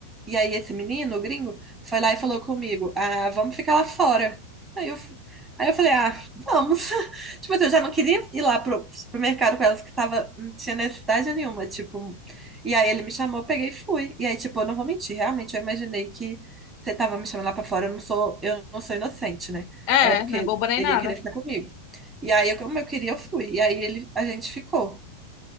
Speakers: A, on the right; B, on the left.
A: E aí esse menino, o gringo, foi lá e falou comigo: Ah, vamos ficar lá fora. Aí eu, f- aí eu falei: Ah, vamos. <laughs> Tipo assim, eu já não queria ir lá pro supermercado com elas que tava, não tinha necessidade nenhuma. Tipo, e aí ele me chamou, eu peguei e fui. E aí, tipo, eu não vou mentir, realmente eu imaginei que você tava me chamando lá pra fora, eu não sou, eu não sou inocente, né?
B: É,
A: Era porque
B: não é boba nem
A: ele
B: nada.
A: ia querer ficar comigo. E aí, eu, como eu queria, eu fui. E aí, ele, a gente ficou.